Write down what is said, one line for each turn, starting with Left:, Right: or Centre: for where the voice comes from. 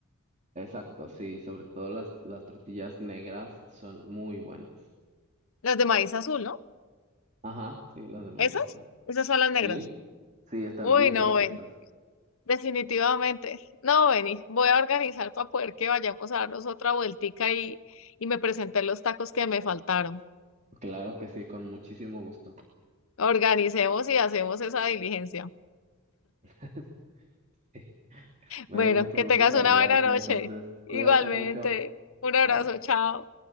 Right: Exacto, sí, sobre todo las, las tortillas negras son muy buenas.
Left: Las de maíz azul, ¿no?
Right: Ajá, sí, las de maíz
Left: ¿Esas?
Right: azul.
Left: Esas son las negras.
Right: Sí, sí, están
Left: Uy,
Right: bien
Left: no,
Right: deliciosas.
Left: ven. Definitivamente. No, Beni. Voy a organizar para poder que vayamos a darnos otra vueltica y, y me presenté los tacos que me faltaron.
Right: Claro que sí, con muchísimo gusto.
Left: Organicemos y hacemos esa diligencia.
Right: <laughs> Sí, Me
Left: Bueno,
Right: dio mucho
Left: que
Right: gusto
Left: tengas
Right: saludarte,
Left: una buena noche.
Right: entonces,
Left: Igualmente.
Right: cuídate mucho.
Left: Un abrazo,
Right: Bye.
Left: chao.